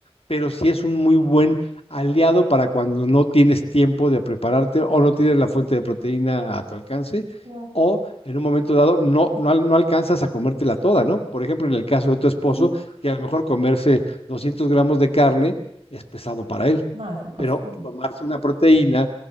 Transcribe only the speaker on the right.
claro.
Sí,
no, es imposible.